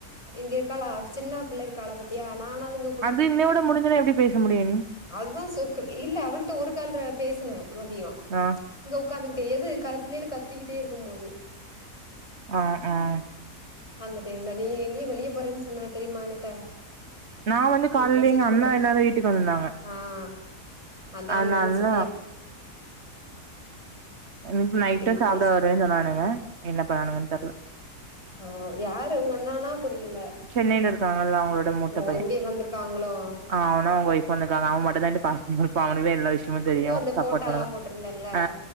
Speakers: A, on the left; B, on the right.
A: இங்க இருக்காளா சின்னா பிள்ள இருக்காள பத்தியா நானது இங்க
B: அது இன்னையோட முடிஞ்சனா எப்டி பேச முடியு நீ
A: அதா சர்கிள் இல்ல அவள்ட ஒரு கால்ற பேசினே மதியோ
B: ஆ
A: இங்க உட்காந்துகிட்டே எது க பிள்ளைகளு கத்திக்கிட்டே இருக்கு போது
B: ஆஹ் ஆஹ்
A: அந்த டைம்ல நீ எங்கேயோ வெளிய போறேனு சொன்ன தெரியுமா எனட்ட
B: நா வந்து
A: லைக்
B: காலைல
A: மெசேஜ்
B: எங்க
A: போட்றது
B: அண்ணா எல்லாரு வீட்டுக்கு வந்திருந்தாங்க
A: ஆஹ் அதான்
B: அதனால
A: நல்லா செரியப்பா
B: இன்னைக்கு நைட்டு
A: அப்டியே
B: சாப்ட
A: பேசு
B: வருவேனு சொன்னானுங்க என்ன பண்ணானுங்கனு தெர்ல
A: ஓ யாரு உங்க அண்ணனா புரியல
B: சென்னைல இருக்காங்கல்ல அவுங்களோட மூத்த
A: ஓ
B: பையே
A: இங்கே வந்திருக்காங்களோ
B: ஆ அவனு அவுங்க ஒய்ஃப் வந்திருக்காங்க அவ மட்டுதா ரெண்டு பசங்களுக்கு அவனவே எல்லா விஷ்ய மு தெரியு
A: ஓ அந்த
B: சப்போர்ட்
A: போட்டோல்லா
B: பண்ணனு
A: போட்டிருந்தேல்ல
B: அ